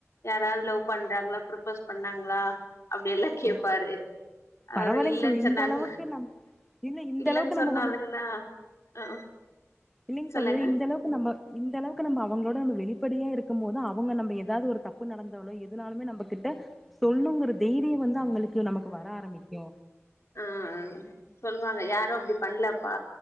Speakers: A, on the left; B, in the centre.
A: யாராவது லவ் பண்றாங்களா ப்ரப்போஸ் பண்ணாங்களா அப்டியெல்லா கேப்பாரு
B: ஓ பரவாயில்லைங்க
A: அப்றோ இல்லன்னு
B: சகோ இந்த
A: சொன்னாங்கனா
B: அளவுக்கு நம் இல்ல இந்த
A: இல்லன்னு
B: அளவுக்கு
A: சொன்னாலுங்க
B: நம்ம
A: ஆ ஆ
B: இல்லிங்க
A: சொல்லுங்க
B: சகோதரி இந்த அளவுக்கு நம்ப இந்த அளவுக்கு நம்ப அவுங்களோட நம்ம வெளிப்படையா இருக்கும் போது அவுங்க நம்ப ஏதாது ஒரு தப்பு நடந்தாலோ எதுனாலுமே நம்ப கிட்ட சொல்ன்னுங்கிற தைரிய வந்து அவுங்களுக் க்கு நமக்கு வர ஆரம்பிக்கு
A: ஆ ஆ சொல்வாங்க யாரு அப்டி பண்ணலப்பா